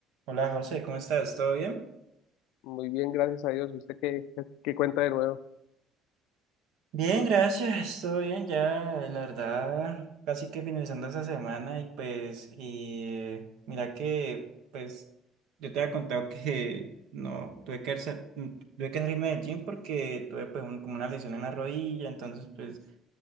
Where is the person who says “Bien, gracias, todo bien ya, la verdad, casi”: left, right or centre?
Right